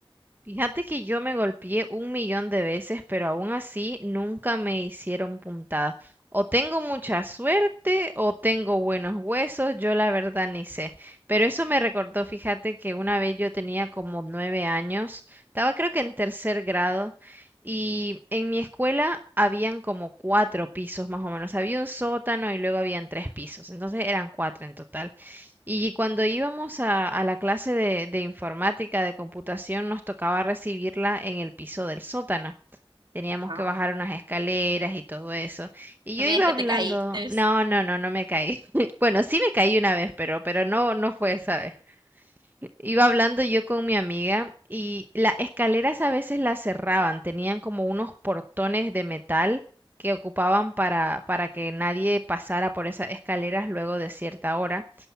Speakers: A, on the right; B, on the right.
A: Fíjate que yo me golpeé un millón de veces, pero aún así nunca me hicieron puntadas. O tengo mucha suerte o tengo buenos huesos, yo la verdad ni sé. Pero eso me recordó, fíjate que una vez yo tenía como nueve años, estaba creo que en tercer grado, y en mi escuela habían como cuatro pisos más o menos. Había un sótano y luego habían tres pisos, entonces eran cuatro en total. Y cuando íbamos a, a la clase de, de informática, de computación, nos tocaba recibirla en el piso del sótano. Teníamos
B: Ah,
A: que bajar unas escaleras y todo eso. Y
B: No
A: yo
B: me
A: iba
B: digas que
A: hablando,
B: te caíste.
A: no, no, no, no me caí. <laughs> Bueno, sí me caí una vez, pero, pero no, no fue esa vez. Iba hablando yo con mi amiga y las escaleras a veces las cerraban, tenían como unos portones de metal que ocupaban para, para que nadie pasara por esas escaleras luego de cierta hora.